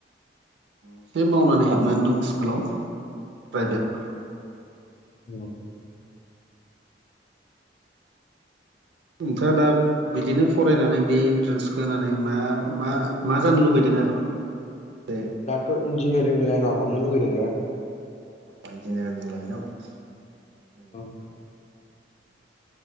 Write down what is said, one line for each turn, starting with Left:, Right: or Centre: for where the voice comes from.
Right: एसे मावनानै हाबनानै दं स्कुलाव प्राइभेट
Left: उम औ
Right: नोंथाङा दा बिदिनो फरायनानै बे इन्ट्रेन्सखौ होनानै मा मा मा जानो लुबैदों आरो बे
Left: दडाथ' इन्जिनियारिं लाइनाव हाबनो लुबैदों
Right: औ इन्जनियारिं लइ औ
Left: ओं